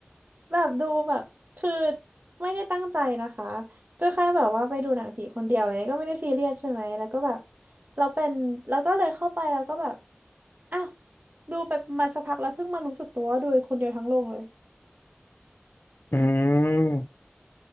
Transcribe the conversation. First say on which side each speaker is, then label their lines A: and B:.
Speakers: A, on the right (about 45°); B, on the left (about 60°).
A: แบบดูแบบคือไม่ได้ตั้งใจนะคะก็แค่แบบว่าไปดูหนังผีคนเดียวอะไรเงี้ยก็ไม่ได้ซีเรียสใช่ไหมแล้วก็แบบเราเป็นแล้วก็เลยเข้าไปแล้วก็แบบอ้าวดูไปประมาณสักพักแล้วเพิ่งมารู้สึกตัวว่าดูคนเดียวทั้งโรงเลย
B: อืม